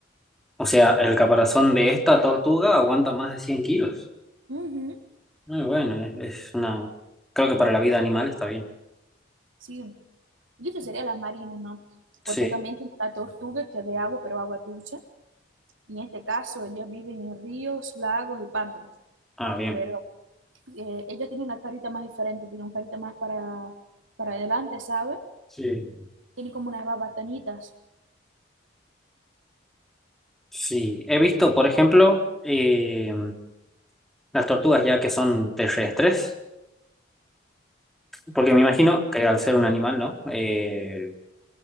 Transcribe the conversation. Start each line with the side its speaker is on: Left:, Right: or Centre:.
Centre: O sea, el caparazón de esta tortuga aguanta más de 100 kilos.
Right: Ujú,
Centre: Muy bueno, es, es una... Creo que para la vida animal está bien.
Right: Sí, y esto sería las marinas, ¿no?
Centre: Sí.
Right: Porque también tiene la tortuga que es de agua, pero agua dulce. Y en este caso, ellas viven en ríos, lagos y pantanos.
Centre: Ah, bien.
Right: Pero eh, ella tiene una carita más diferente, tiene una carita más para, para adelante, ¿sabe?
Centre: Sí.
Right: Tiene como unas babanitas.
Centre: Sí. He visto, por ejemplo, eh, las tortugas ya que son terrestres, porque me imagino
Right: Ujú,
Centre: que al ser un animal, ¿no? Eh,